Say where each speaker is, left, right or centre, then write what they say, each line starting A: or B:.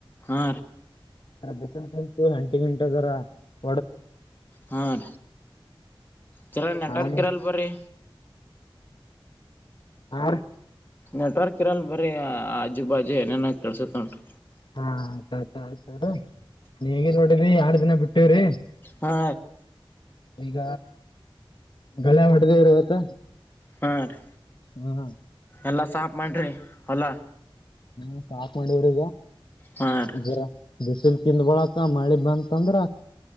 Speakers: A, on the left; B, on the left.
A: ಆ
B: <unintelligible>
A: ಹ ಜರಾ ನೆಟ್ವರ್ಕ್
B: ಆಮ
A: ಇರಲೀ ಬರೀ
B: ಹಾ ರೀ
A: ನೆಟ್ವರ್ಕ್ ಇರಲ್ ಬರೀ ಆಜು ಬಾಜು ಏನೇನ ಕೆಲ್ಸತ್ ನೋಡ್ರಿ
B: ಹಾ ಆಯ್ತಾಯಯ್ತ ಆಯ್ತ ನೇಗಿಲ ಹೋಡಿದಿ ಎರಡ್ ದಿನ ಬಿಟ್ಟಿವ್ರಿ
A: ಹಾ
B: ಈಗ ಗಳೇ ಹೊಡದೇವ ಇವತ್ತ
A: ಹಾರೀ
B: ಹ್ಮ್ ಹ್ಮ
A: ಎಲ್ಲ ಸಾಪ್ ಮಾಡ್ರರಿ ಹೊಲಾ
B: ಹಾ ಸಾಕ್ ಮಾಡಿವ್ರಿ
A: ಹಾ ರೀ
B: ಈಗ ಬಿಸಿಲ್ ತಿಂದ ಳಾಕ ಮಳಿ ಬಂತಂದ್ರ